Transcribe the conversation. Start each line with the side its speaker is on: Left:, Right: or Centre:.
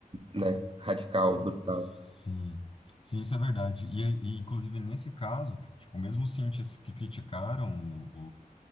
Right: né, radical, brutal.
Left: Sim, sim, isso é verdade. E, e, inclusive nesse caso, tipo, mesmo os cientistas que criticaram o,